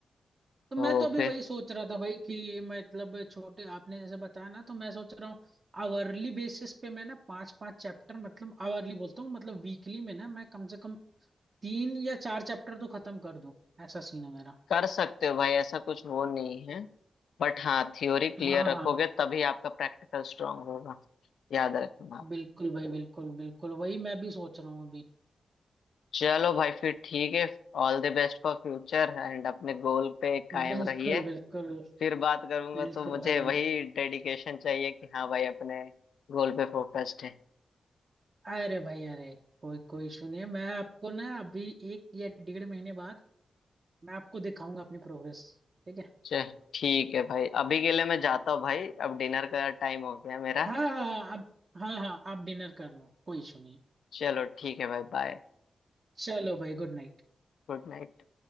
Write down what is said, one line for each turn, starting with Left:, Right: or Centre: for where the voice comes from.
Right: तो
Left: तो
Right: मैं तो अभी
Left: फिर
Right: वही सोच रहा था भाई कि मतलब छोटे आपने जैसे बताया ना तो मैं सोच रहा हूँ आवरली बेसिस पे मैं ना पांच पांच चैप्टर मतलब आवरली बोलता हूँ मतलब वीकली में ना मैं कम से कम तीन या चार चैप्टर तो खत्म कर दूं ऐसा सीन है मेरा
Left: कर सकते हो भाई ऐसा कुछ वो नहीं है बट हाँ थ्योरी क्लियर
Right: हाँ
Left: रखोगे
Right: हाँ
Left: तभी आपका प्रैक्टिकल स्ट्रांग होगा याद रखना आप
Right: बिल्कुल भाई बिल्कुल बिल्कुल वही मैं भी सोच रहा हूँ अभी
Left: चलो भाई फिर ठीक है All the best for future and अपने गोल पे कायम
Right: बिल्कुल
Left: रहिए
Right: बिल्कुल
Left: फिर बात करूंगा
Right: बिल्कुल
Left: तो मुझे
Right: भाई
Left: वही डेडिकेशन चाहिए कि हाँ भाई अपने गोल पे फोकस्ड है
Right: अरे भाई अरे कोई कोई इशू नहीं है मैं आपको ना अभी एक या डेढ़ महीने बाद मैं आपको दिखाऊंगा अपनी प्रोग्रेस ठीक है?
Left: चल ठीक है भाई अभी के लिए मैं जाता हूँ भाई अब डिनर का टाइम हो गया मेरा
Right: हाँ हाँ आप हाँ हाँ आप डिनर कर लो कोई इशू नहीं
Left: चलो ठीक है भाई बाय
Right: चलो भाई गुड नाइट
Left: Good night